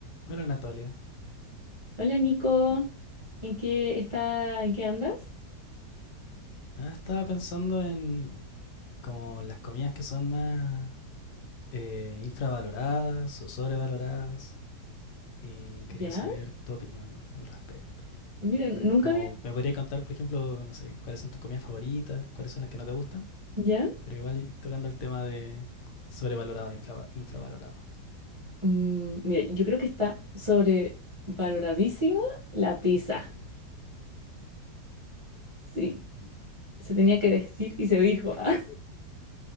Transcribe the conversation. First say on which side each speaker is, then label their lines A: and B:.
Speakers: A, on the left; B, on the right.
A: Hola Natalia.
B: Hola Nico, ¿en qué está, en qué andas?
A: Nada, estaba pensando en como las comidas que son más eh, infravaloradas o sobrevaloradas y quería
B: ¿Ya?
A: saber tu opinión al respecto.
B: Mira, n- nunca
A: Como
B: había,
A: me podría contar, por ejemplo, no sé, cuáles son tus comidas favoritas, cuáles son las que no te gustan,
B: ¿ya?
A: pero igual tocando el tema de sobrevalorado, infrava- infravalorado,
B: Mm, mira, yo creo que está sobrevaloradísima la pizza. Sí, se tenía que decir y se dijo. <laughs> ah.